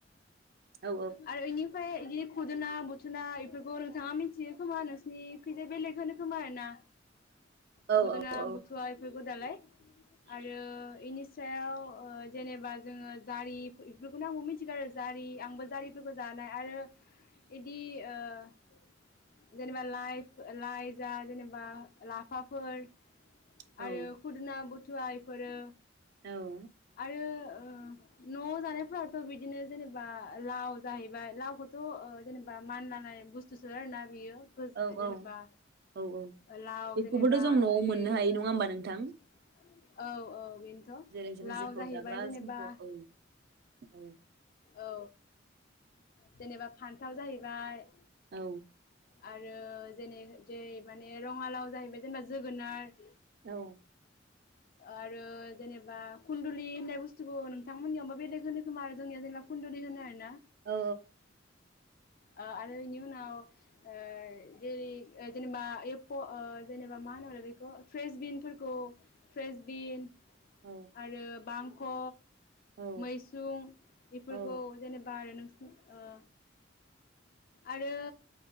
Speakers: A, on the right; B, on the left.
A: औ
B: आरो इनिफ्राय इदिनो खुदुना बु ना इफोरखौ नोंथाङा मिथियो खोमा नोंसिनि खैजाय बेलेग होनो खोमा आरोना।
A: औ
B: खुदुना
A: औ
B: बुथुया <unintelligible> गदालाय। आरो इनि सायाव। ओ जेनेबा जोङो जारि इफोरखौनो आंबो मिथिगौ आरो जारि। आंबो जारिफोरखौ जानाय आरो इदि। ओ जेनेबा लाइफ लाइ जा जेनेबा। लाफाफोर।
A: औ
B: आरो खुदुना बु थुवा इफोरो
A: औ।
B: <unintelligible> ओ न'आव जानायफोराथ' बिदिनो जेनेबा लाव जाहैबाय लाव खौथ ओ जेनेबा <unintelligible> नाय बुस्थुसो आरोना बियो। <unintelligible>
A: औ औ
B: जेनेबा
A: औ
B: लाव
A: बेखौबोथ'
B: जेनेबा
A: जों न'आव
B: ओरै
A: मोननो हायो
B: ओ
A: नङा होमबा नोंथां
B: औ औ बेनोथ'।
A: जेरै जों
B: लाव
A: जेखौ
B: जाहैबाय
A: जाग्रा
B: जेनेबा
A: जोंखौ <unintelligible> <unintelligible>
B: औ जेनेबा फान्थाव जाहैबाय।
A: औ।
B: आरो जेनै जेरै माने रङा लाव जाहैबाय जोंना जोगोनार
A: औ।
B: आरो जेनेबा खुन्दुलि होननाय बुस्थुखौ नोंथांमोननियावबा बेलेग होनो खोमा आरो जोंनियाव जेनेबा खुन्दुलि होनो आरो ना।
A: औ
B: ओ आरो इनि उनाव ओ जेरै जेनेबा एप्प' ओ जेनेबा मा होनोमोनलाय बेखौ फ्रेसबिनफोरखौ फ्रेसबिन।
A: औ
B: आरो बां क
A: औ
B: मैसुं बेफोरखौ
A: औ
B: जेनेबा आरो नों ओ। आरो